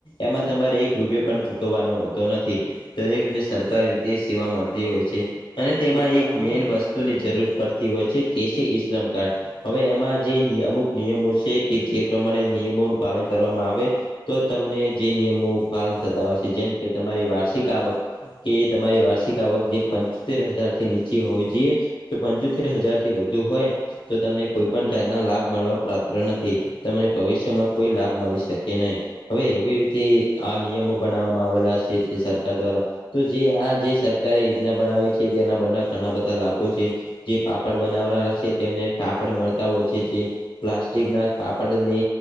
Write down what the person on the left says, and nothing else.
એમાં તમારે એક રૂપિયો
પણ ચૂકવવાનો
હોતો નથી દરેકને સરકારી રીતે સેવા મળતી હોય છે અને તેમાં
એક મેન વસ્તુ વસ્તુની જરૂર પડતી હોય છે જે છે ઈશ્રમ કાર્ડ. હવે એમાં જે ની અમુક નિયમો છે કે જે પ્રમાણે નિયમોનું પાલન કરવામાં આવે તો તમને જે નિયમો પાલન થતા હોય છે જેમ કે તમારી વાર્ષિક આવક કે તમારી વાર્ષિક આવક જે પંચોતેર હજાર થી નીચી હોવી જોઈએ જો પંચોતેર હજાર થી વધુ હોય તો તમને કોઈ પણ જાતના લાભ મળવા પાત્ર નથી. તમને ભવિષ્યમાં કોઈ લાભ મળી શકે નહીં. હવે એવી રીતે આ નિયમો બનાવવામાં આવેલા છે જે સરકાર દ્વારા તો જે આ જે સરકારે યોજના બનાવી છે તેના બના ઘણા બધા લાભો છે જે પાપડ બનાવનારા છે તેમને કાપડ મળતા હોય છે જે પ્લાસ્ટિક ના પાપડને